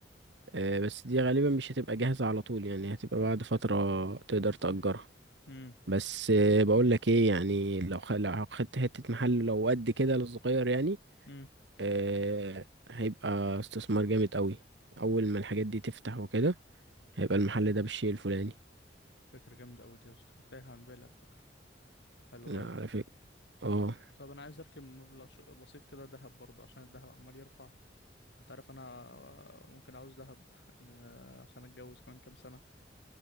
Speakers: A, on the right; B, on the left.
A: آه، بس دي غالبا مش هتبقى جاهزة على طول يعني هتبقى بعد فترة تقدر تأجرها
B: امم
A: بس آه، بقول لك ايه يعني لو خ- لو خدت حتة محل لو قد كده الصغير يعني
B: امم
A: آه، هيبقى استثمار جامد قوي اول ما الحاجات دي تفتح وكده هيبقى المحل ده بالشيء الفلاني
B: فكره جامده قوي دي يا اسطى كانت تايهه عن بالي على فكره حلو
A: لا
B: قوي
A: على فكرة اه
B: طب طب انا عايز اركب مبلغ ش- بسيط كده ذهب برضه عشان الذهب عمال يرفع انت عارف انا ممكن عاوز دهب <laughs> ل- عشان اتجوز كمان كام سنه